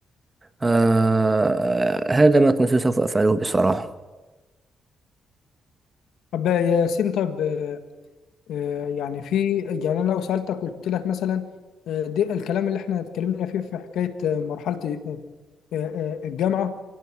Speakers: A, on the right (about 25°); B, on the left (about 80°).
A: آه، هذا ما كنت سوف أفعله بصراحة
B: طب يا ياسين طب آه، آه، يعني في يعني انا لو سالتك قلت لك مثلا آه، دي الكلام اللي احنا اتكلمنا فيه في حكايه آه، مرحله آه، آه، آه، الجامعه